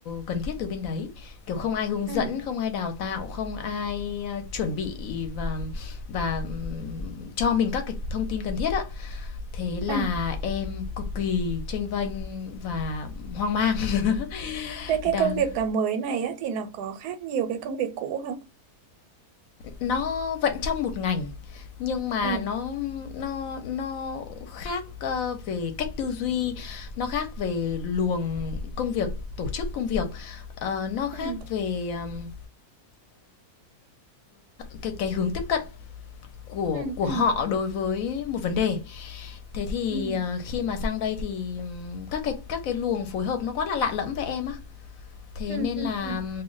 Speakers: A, on the left; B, on the right.
A: cần thiết từ bên đấy. Kiểu không ai hướng dẫn,
B: ừ,
A: không ai đào tạo, không ai, a, chuẩn bị và và, ừm, cho mình các cái thông tin cần thiết á. Thế là
B: ừ.
A: em cực kỳ chênh vênh và hoang mang. <laughs>
B: Thế cái
A: Đang
B: công việc cả mới này á, thì nó có khác nhiều cái công việc cũ không?
A: nó vẫn trong một ngành nhưng mà
B: Ừ,
A: nó nó nó khác ờ, về cách tư duy, nó khác về luồng công việc, tổ chức công việc, ờ, nó khác
B: ừ,
A: về ờm, cái cái hướng tiếp cận của
B: ừ,
A: của
B: ừ,
A: họ đối với một vấn đề. Thế thì
B: ừ,
A: ờ, khi mà sang đây thì các cái các cái luồng phối hợp nó quá là lạ lẫm với em á. Thế
B: ừ,
A: nên
B: ừ,
A: là,
B: ừ.